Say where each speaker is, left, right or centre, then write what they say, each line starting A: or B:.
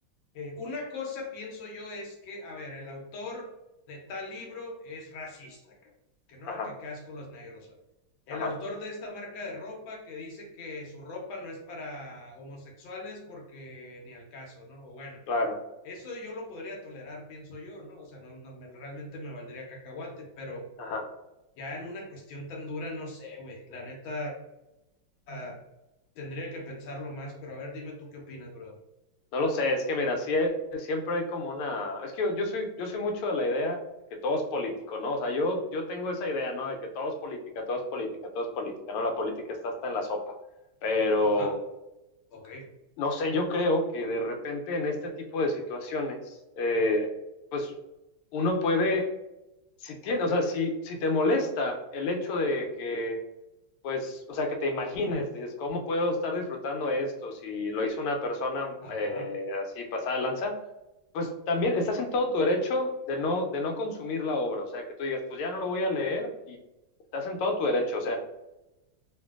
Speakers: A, on the left; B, on the left.
A: eh, una cosa pienso yo es que, a ver, el autor de tal libro es racista, ca- que no,
B: Ajá,
A: que qué asco los negros. o. El
B: ajá,
A: autor de esta marca de ropa que dice que su ropa no es para homosexuales porque ni al caso, ¿no? O bueno,
B: claro.
A: eso yo lo podría tolerar, pienso yo, ¿no? O sea, no, no me- realmente me valdría cacahuate, pero
B: Ajá.
A: ya en una cuestión tan dura, no sé, güey. La neta, ah, tendría que pensarlo más, pero a ver, dime tú qué opinas, brother.
B: No lo sé, es que mira, sí, eh, siempre hay como una... Es que yo, yo soy, yo soy mucho de la idea que todo es político, ¿no? O sea, yo, yo tengo esa idea, ¿no? De que todo es política, todo es política, todo es política, ¿no? La política está hasta en la sopa. Pero,
A: Ajá, ok,
B: no sé, yo creo que de repente en este tipo de situaciones, eh, pues uno puede, si tiene, o sea, si, si te molesta el hecho de que, pues, o sea, que te imagines, dices, ¿cómo puedo estar disfrutando esto si lo hizo una persona
A: ajá.
B: eh, así pasada de lanza? Pues también estás en todo tu derecho de no, de no consumir la obra, o sea, que tú digas, pues ya no lo voy a leer y estás en todo tu derecho, o sea,